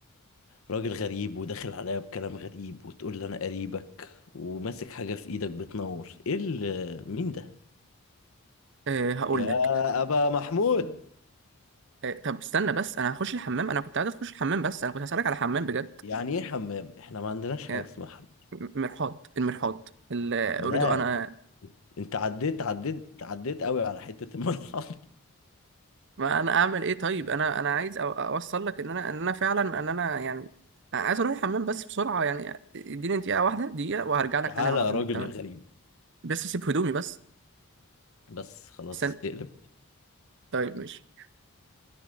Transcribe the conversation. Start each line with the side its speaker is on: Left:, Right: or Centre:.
Left: راجل غريب وداخل عليا بكلام غريب وتقول لي انا قريبك وماسك حاجة في ايدك بتنور ايه ال- مين ده
Right: أه هقول
Left: يا
Right: لك
Left: ابا محمود
Right: أه طب استنى بس انا هخش الحمام انا كنت عايز اخش الحمام بس انا كنت هسألك على حمام بجد
Left: يعني ايه حمام احنا ما عندناش
Right: يعني
Left: حاجة اسمها حمام
Right: م- مرحاض المرحاض ال- اريد
Left: لا
Right: انا
Left: انت عديت عديت عديت قوي على حتة الملحق
Right: ما انا اعمل ايه طيب انا انا عايز أو- اوصل لك ان انا ان انا فعلا ان انا يعني عايز اروح الحمام بس بسرعه يعني اديني دقيقه واحده دقيقه وهرجع
Left: <laughs>
Right: لك
Left: تعالى
Right: تاني على
Left: يا
Right: طول
Left: راجل
Right: تمام
Left: يا غريب
Right: بس اسيب هدومي بس
Left: بس خلاص
Right: استنى
Left: اقلب
Right: طيب ماشي